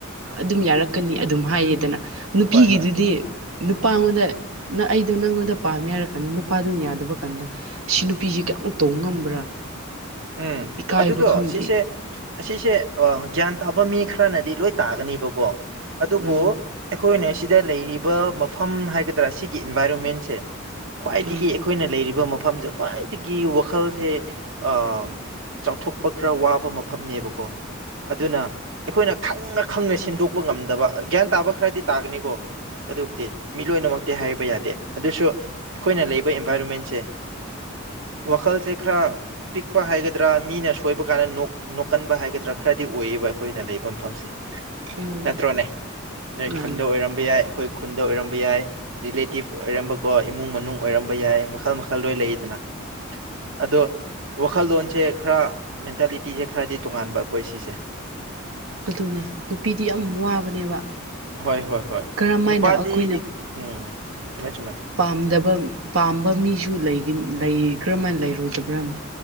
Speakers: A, on the right (about 85°); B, on the right (about 65°).
A: ꯑꯗꯨꯝ ꯌꯥꯔꯛꯀꯅꯤ ꯑꯗꯨꯝ ꯍꯥꯏꯌꯦꯗꯅ ꯅꯨꯄꯤꯒꯤꯗꯨꯗꯤ
B: ꯍꯣꯏ ꯍꯣꯏ
A: ꯅꯨꯄꯥꯉꯣꯟꯗ ꯑꯩꯗꯣ ꯅꯪꯉꯣꯟꯗ ꯄꯥꯝꯃꯦ ꯍꯥꯏꯔ ꯀꯥꯟꯗ ꯅꯨꯄꯥꯗꯨꯅ ꯌꯥꯗꯕ ꯀꯥꯟꯗ ꯁꯤ ꯅꯨꯄꯤꯁꯦ ꯀꯌꯥꯃꯨꯛ ꯇꯧꯕ ꯉꯝꯕ꯭ꯔꯥ
B: ꯎꯝ
A: ꯏꯀꯥꯏꯕ
B: ꯑꯗꯨꯗꯣ
A: ꯈꯪꯗꯦ
B: ꯁꯤꯁꯦ ꯑꯁꯤꯁꯦ ꯒ꯭ꯌꯥꯟ ꯇꯥꯕ ꯃꯤ ꯈꯔꯅꯗꯤ ꯂꯣꯏ ꯇꯥꯒꯅꯤꯕꯀꯣ ꯑꯗꯨꯕꯨ
A: ꯎꯝ
B: ꯑꯩꯈꯣꯏꯅ ꯁꯤꯗ ꯂꯩꯔꯤꯕ ꯃꯐꯝ ꯍꯥꯏꯒꯗ꯭ꯔꯥ ꯁꯤꯒꯤ ꯏꯟꯚꯥꯏꯔꯣꯟꯃꯦꯟꯁꯦ ꯈ꯭ꯋꯥꯏꯗꯒꯤ
A: ꯎꯝ
B: ꯑꯩꯈꯣꯏꯅ ꯂꯩꯔꯤꯕ ꯃꯐꯝꯁꯦ ꯈ꯭ꯋꯥꯏꯗꯒꯤ ꯋꯥꯈꯜꯁꯦ ꯎꯝ ꯆꯥꯎꯊꯣꯛꯄ ꯈꯔ ꯋꯥꯕ ꯃꯐꯝꯅꯦꯕꯀꯣ ꯑꯗꯨꯅ ꯑꯩꯈꯣꯏꯅ ꯈꯪꯅ ꯈꯪꯅ ꯁꯦꯝꯗꯣꯛꯄ ꯉꯝꯗꯕ ꯒ꯭ꯌꯥꯟ ꯇꯥꯕ ꯈꯔꯗꯤ ꯇꯥꯒꯅꯤꯀꯣ ꯑꯗꯨꯕꯨꯗꯤ ꯃꯤꯠ ꯂꯣꯏꯅꯃꯛꯇꯤ ꯍꯥꯏꯕ ꯌꯥꯗꯦ ꯑꯗꯨꯁꯨ ꯑꯩꯈꯣꯏꯅ ꯂꯩꯕ ꯑꯦꯟꯚꯥꯏꯔꯣꯟꯃꯦꯟꯁꯦ ꯋꯥꯈꯜꯁꯦ ꯈꯔ ꯐꯛꯄ ꯍꯥꯏꯒꯗ꯭ꯔꯥ ꯃꯤꯅ ꯁꯣꯏꯕ ꯀꯥꯟꯗ ꯅꯣꯛꯀꯟꯕ ꯍꯥꯏꯒꯗ꯭ꯔꯥ ꯈꯔꯗꯤ ꯑꯣꯏꯌꯦꯕ ꯑꯩꯈꯣꯏꯅ ꯂꯩꯕ ꯃꯐꯝꯁꯦ
A: ꯎꯝ
B: ꯅꯠꯇ꯭ꯔꯣꯅꯦ ꯅꯣꯏ
A: ꯃꯥꯅꯦ
B: ꯈꯨꯟꯗ ꯑꯣꯏꯔꯝꯕ ꯌꯥꯏ ꯑꯩꯈꯣꯏ ꯈꯨꯟꯗ ꯑꯣꯏꯔꯝꯕ ꯌꯥꯏ ꯔꯤꯂꯦꯇꯤꯞ ꯑꯣꯏꯔꯝꯕꯀꯣ ꯏꯃꯨꯡ ꯃꯅꯨꯡ ꯑꯣꯏꯔꯝꯕ ꯌꯥꯏ ꯃꯈꯜ ꯃꯈꯜ ꯂꯣꯏ ꯂꯩꯗꯅ ꯑꯗꯣ ꯋꯥꯈꯜꯂꯣꯟꯁꯦ ꯈꯔ ꯃꯦꯟꯇꯥꯦꯂꯤꯇꯤꯖꯦ ꯈꯔꯗꯤ ꯇꯣꯉꯥꯟꯕ ꯑꯩꯈꯣꯏ ꯁꯤꯁꯦ
A: ꯑꯗꯨꯅꯦ ꯅꯨꯄꯤꯗꯤ ꯌꯥꯝ ꯋꯥꯕꯅꯦꯕ
B: ꯍꯣꯏ ꯍꯣꯏ ꯍꯣꯏ
A: ꯀꯔꯝ
B: ꯅꯨꯄꯥꯗꯤ
A: ꯍꯥꯏꯅ ꯑꯩꯈꯣꯏꯅ
B: ꯎꯝ ꯆꯨꯝꯃꯦ ꯆꯨꯝꯃꯦ
A: ꯄꯥꯝꯗꯕ ꯄꯥꯝꯕ ꯃꯤꯁꯨ ꯂꯩꯒꯅꯤ ꯂ ꯩꯈ꯭ꯔ ꯀꯔꯝꯃꯥꯏ ꯂꯩꯔꯣꯏꯗꯕ꯭ꯔꯥꯅꯦ